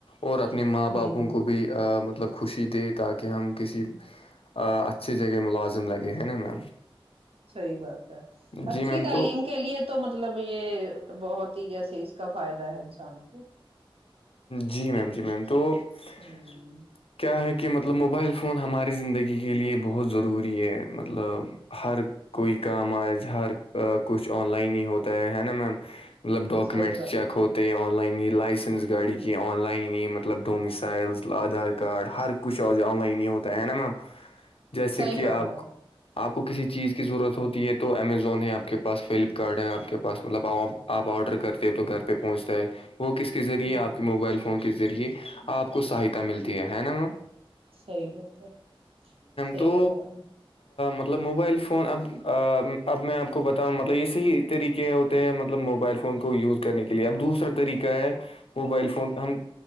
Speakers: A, on the left (about 75°); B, on the right (about 80°).
A: اور اپنے ماں باپوں
B: جی جی
A: کو بھی مطلب خوشی دے تاکہ ہم کسی اچھی جگہ ملازم لگے ہیں نا میم
B: صحیح بات ہے
A: جی
B: اچھی
A: میم
B: تعلیم
A: تو
B: کے لیے تو مطلب یہ بہت ہی جیسے اس کا فائدہ ہے انسان کو
A: جی میم جی میم تو
B: <unintelligible>
A: <inaudible> کیا ہے کہ مطلب موبائل فون ہمارے زندگی کے لیے بہت ضروری ہے مطلب ہر کوئی کام آج ہر کچھ آن لائن ہی ہوتا ہے ہے نا میم مطلب ڈاکومنٹس
B: صحیح بات
A: چیک
B: ہے
A: ہوتے ہیں آن لائن یہ لائسنس گاڑی کی آن لائن ہی مطلب ڈومسائلز آدھار کارڈ ہر کچھ اورج آن لائن ہی ہوتا ہے نا میم <unintelligible> جیسے
B: صحیح
A: کہ
B: فرمایا
A: آپ آپ کو کسی چیز کی ضرورت ہوتی ہے تو امیزون ہے آپ کے پاس فلپکارٹ ہے آپ کے پاس مطلب آپ آپ آرڈر کرتے ہیں تو گھر پہ پہنچتا ہے وہ کس کس
B: ہ
A: آپ کے موبائل فون کے ذریعے آپ کو سہایتا ملتی ہے نا م
B: صحی نہیںتا ہے صحی
A: تو
B: پرمان
A: مطلب موبائل فون اب اب میں آپ کو بتاؤں مطلب یہ صی طریقے ہوتے ہیں مطلب موبائل فون کو یوز کرنے کے لیے اب دوسرا طریقہ ہے موبائل فون ہم